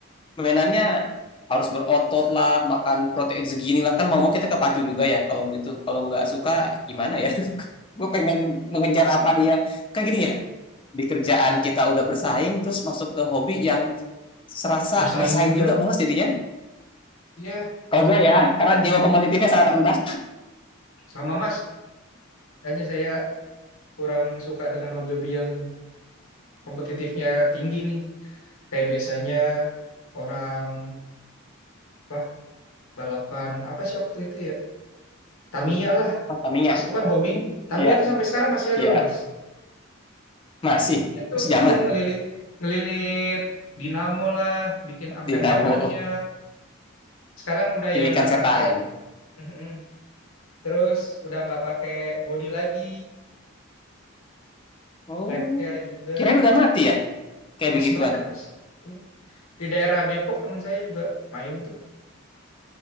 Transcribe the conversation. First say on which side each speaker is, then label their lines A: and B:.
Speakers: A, on the left; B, on the left.
A: Mainannya harus berotot lah, makan protein segini lah. Kan mau-mau kita kepacu juga ya kalau gitu. Kalau nggak suka gimana ya? <laughs> Gue pengen mengejar apa dia. Kan gini ya, di kerjaan kita udah bersaing, terus masuk ke hobi yang serasa
B: Bersaing
A: bersaing
B: juga.
A: juga malas jadinya.
B: Ya,
A: Kalau gue ya, karena jiwa kompetitifnya sangat rendah.
B: sama mas. Kayaknya saya kurang suka dengan hobi-hobi yang kompetitifnya tinggi nih. Kayak biasanya orang apa balapan apa sih waktu itu ya? Tamiya lah,
A: Oh, Tamiya,
B: itu kan hobi. Tamiya
A: ya,
B: tuh sampai sekarang masih ada
A: ya,
B: loh mas.
A: Masih,
B: Dia tuh
A: masih zaman.
B: ya ngelilit ngelilit dinamo lah, bikin ampermeternya.
A: Dinamo,
B: Sekarang udah
A: kilikan
B: yang nggak
A: setan.
B: pakai. Mhm. Terus udah nggak pakai body lagi,
A: Oh,
B: tracknya juga
A: kirain udah mati ya? kayak
B: masih
A: begituan
B: banyak mas. Iya. Di daerah Depok teman saya juga main tuh